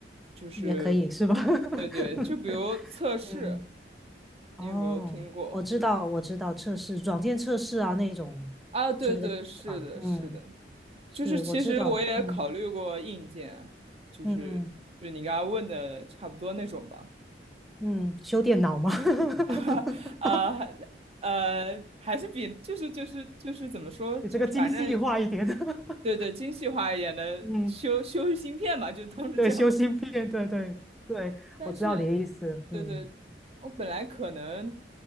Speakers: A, on the right (about 35°); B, in the centre.
A: 就是
B: 也可以是吧？<laughs>
A: 对对，就比如测试，
B: 嗯。
A: 你有没有听过？
B: 哦，我知道，
A: 就
B: 我知道，测试软件测试啊那种之类的是吧？
A: 啊，对对，是的，是的，
B: 嗯，是，
A: 就是其实我也考虑过硬件，
B: 我知道，嗯
A: 就是就你刚刚问的差不多那种吧。
B: 嗯嗯，修电脑吗？<laughs>
A: <laughs> 呃呃，还是比就是就是就是怎么说，
B: 比这个精细化一点。
A: 就是反正
B: <laughs>
A: 对对精细化一点的修修芯片吧，
B: 嗯，
A: 就当是这样吧。
B: 对，修芯片，对对对，
A: 但是，
B: 我知道你的意思。
A: 对对，
B: 嗯
A: 我本来可能